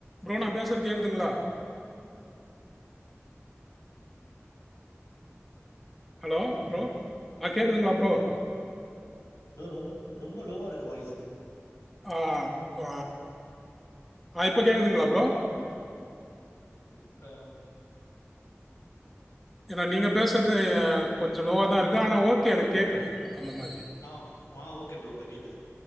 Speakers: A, in the centre; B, on the left.
A: ப்ரோ நா பேசுறது கேட்குதுங்களா ஹலோ ப்ரோ ஆ கேட்குதுங்களா ப்ரோ
B: ப்ரோ ரொ ரொம்ப லோவா இருக்கு வாய்சு
A: ஆ கு ஆ இப்ப கேட்குதுங்களா ப்ரோ
B: இப்ப
A: ஏன்னா நீங்கள் பேசுறது எ கொஞ்ச லோவா தா இருக்கு ஆனா ஓகே எனக்கு கேட்குது அந்த மாதிரி
B: ஆ ஆ ஓகே ப்ரோ இப்ப கேக்குது